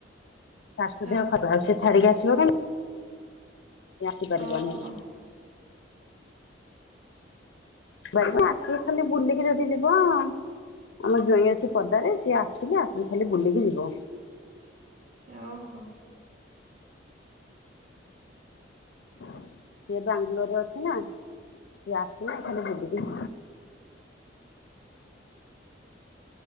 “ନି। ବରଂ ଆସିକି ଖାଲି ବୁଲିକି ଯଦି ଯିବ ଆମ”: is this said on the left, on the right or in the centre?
Left